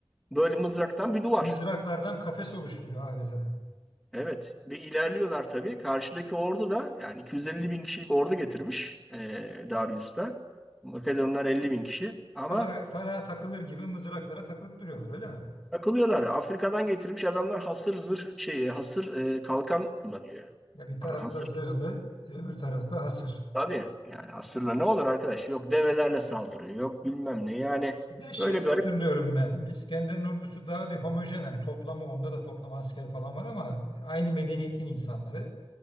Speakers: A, in the centre; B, on the left (about 75°).
A: böyle mızraktan bir duvar.
B: Mızraklardan kafes oluşturuyor adeta.
A: Evet, bir ilerliyorlar tabii. Karşıdaki ordu da yani 250 bin kişilik ordu getirmiş eee Darius'ta. Makedonlar 50 bin kişi ama
B: Tara, tarağa takılır gibi mızraklara takılıp duruyorlar öyle mi?
A: takılıyorlar. Afrika'dan getirmiş adamlar hasır zırh şey hasır eee, kalkan kullanıyor.
B: Ya bir tarafta
A: Allah hasır
B: zırhlı, öbür tarafta hasır.
A: tabii yani hasırla ne olur arkadaş? Yok develerle saldırıyor, yok bilmem ne. Yani
B: Bir de şeyi
A: böyle garip.
B: hatırlıyorum ben. İskender'in ordusu daha bir homojen hani toplama onda da toplama asker falan var ama e, aynı medeniyetin insanları.